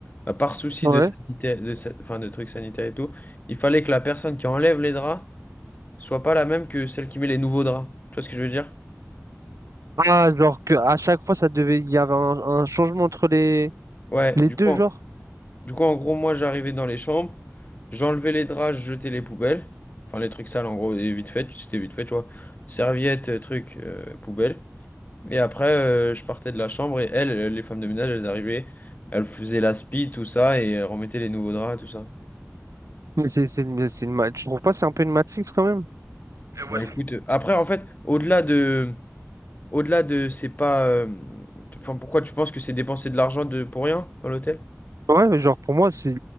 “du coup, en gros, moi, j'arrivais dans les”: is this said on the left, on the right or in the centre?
Left